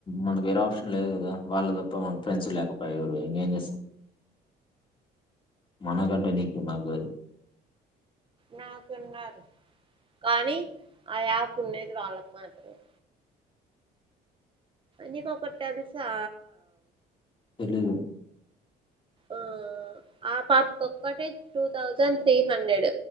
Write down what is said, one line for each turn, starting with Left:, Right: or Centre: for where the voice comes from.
Left: మనకు వేరే ఆప్షన్ లేదు. కదా వాళ్ళ తప్ప మనకు ఫ్రెండ్స్ లేకపాయె ఎవరు ఇంకేం చేస్తాము. మనకంటే నీకు నాకు కాదు.
Right: నాకున్నారు కానీ ఆ యాప్ ఉన్నది వాళ్ళకు మాత్రమే. నీకు ఒకటి తెలుసా.
Left: తెలీదు.
Right: ఆ ఆ పాపక ఒక్కటే టూ థౌజండ్ త్రీ హండ్రెడ్